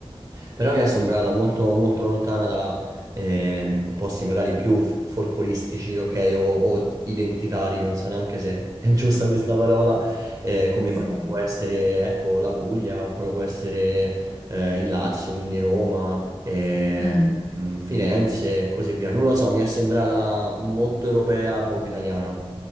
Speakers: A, on the right; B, on the left.
A: Però mi è sembrata molto, molto lontana eh, posti magari più f- folcloristici, ok, o, o identitari, non so neanche se è giusta questa parola, eh, come
B: sì, sì.
A: magari può essere, ecco, la Puglia o come può essere eh, il Lazio, quindi Roma, eh,
B: Mm.
A: mh, Firenze e così via. Non lo so, mi è sembrata molto europea, poco italiana.